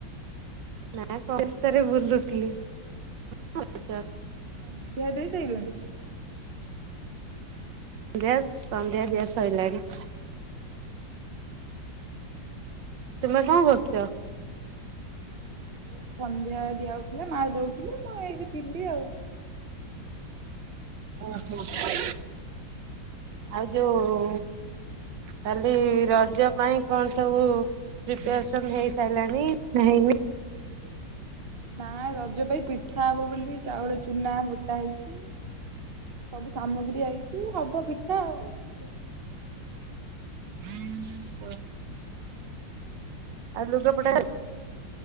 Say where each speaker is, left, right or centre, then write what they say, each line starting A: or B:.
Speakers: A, on the right; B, on the right.
A: ନାଁ ଏ କଷ୍ଟାରେ ବୁଲୁଥିଲି <inaudible>
B: ସନ୍ଧ୍ୟା ଦେଇ ଦେଇସାଇଲଣି?
A: ନ୍ଧ୍ୟା ସନ୍ଧ୍ୟା ଦିଆସଇଲାଣି। ତୁମେ କଁ କରୁଚ?
B: ମୁଁ ଏଇ ସନ୍ଧ୍ୟା ଦିଆ ହଉଥୁଲା ମା ଦଉଥୁଲେ ମୁଁ ଏଇଠି ଥିଲି ଆଉ।
A: ଓହୋ ହୋ। ଆଉ ଯୋଉ କାଲି ରଜ ପାଇଁ କଣ ସବୁ ପ୍ରିପାରେସନ ହେଇ ସାରିଲାଣି ନାଁ ହେଇନି?
B: ନାଉ ରଜ ପାଇଁ ପିଠା ହବ ବୋଲି ଚାଉଳ ଚୁନା ବଟା ହେଇଚି। ସବୁ ସାମଗ୍ରୀ ଆଇଚି ହବ ପିଠା ଆଉ। ଏପଟୁ
A: ଏ ବା ଆଉ ଲୁଗାପଟା